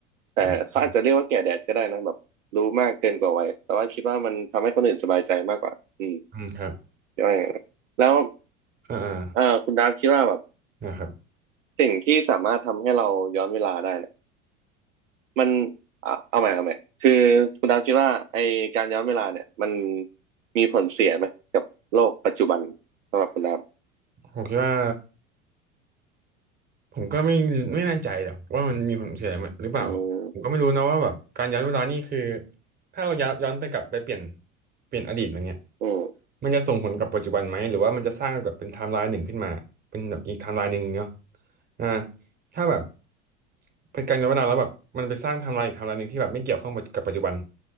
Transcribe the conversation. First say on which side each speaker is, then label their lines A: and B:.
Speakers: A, on the right; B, on the right.
A: แต่เขาอาจจะเรียกว่าแก่แดดก็ได้นะแบบรู้มากเกินกว่าวัยแต่ว่าคิดว่ามันทำให้คนอื่นสบายใจมากกว่าอืม
B: อืมอืมครับ
A: ก็อย่างนั้นแล้ว
B: อ่าอ่า
A: เอ่อคุณดาฟคิดว่าแบบ
B: นะครับ
A: สิ่งที่สามารถทำให้เราย้อนเวลาได้เนี่ยมันอ่ะเอาใหม่เอาใหม่คือคุณดาฟคิดว่าไอการย้อนเวลาเนี่ยมันมีผลเสียไหมกับโลกปัจจุบันสำหรับคุณดาฟ
B: ผมคิดว่า ผมก็ไม่ไม่แน่ใจหรอกว่ามันมีผลเสียหรือเปล่าผมก็ไม่รู้นะว่าแบบการย้อนเวลานี่คือ
A: อืม
B: ถ้าเราย้อนย้อนไปกลับไปเปลี่ยนเปลี่ยนอดีตอะไรเงี้ย
A: อืม
B: มันจะส่งผลกับปัจจุบันไหมหรือว่ามันจะสร้างแบบเป็นไทม์ไลน์หนึ่งขึ้นมาเป็นแบบอีกไทม์ไลน์หนึ่งเนาะอ่าถ้าแบบเป็นการย้อนเวลาแล้วแบบมันไปสร้างไทม์ไลน์อีกไทม์ไลน์หนึ่งที่แบบไม่เกี่ยวข้องกับปัจจุบัน